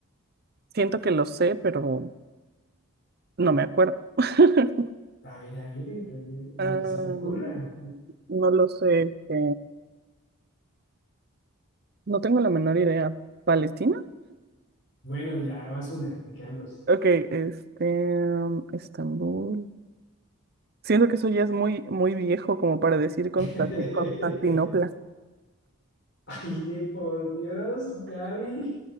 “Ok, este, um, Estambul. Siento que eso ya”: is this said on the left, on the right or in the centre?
Right